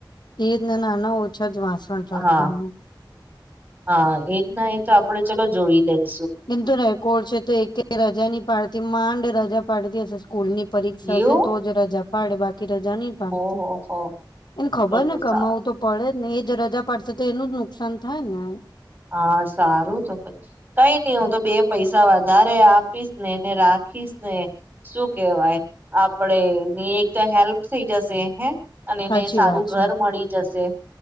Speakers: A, on the left; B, on the right.
A: એ જને નાના ઓછા જ વાસણ રાખવાનું
B: હા હા એજ ના એ તો આપડે ચલો જોઈ લઈએ
A: એમ તો રેકોડ છે, તો એક રજા ની પાડતી માંડ રજા પાડતી હશે સ્કૂલ ની પરીક્ષા
B: એવું
A: હશેને તો જ રજા પાડ બા કે રજા નહી પાડતી
B: ઓહોહો
A: એને ખબર
B: તો તો
A: ને કમાવું
B: સારું
A: તો પડે ને એજ રજા પડશે તો એનું જ નુકસાન થાય ને
B: હા સારું તો કઈ નઈ હું તો બે પૈસા વધારે આપીશ ને એને રાખીશ ને શું કેવાય આપડે એની એક તો હેલ્પ થઇ જશે હે અને
A: સાચી
B: એને સારું
A: વાત
B: ઘર
A: છે
B: મળી જશે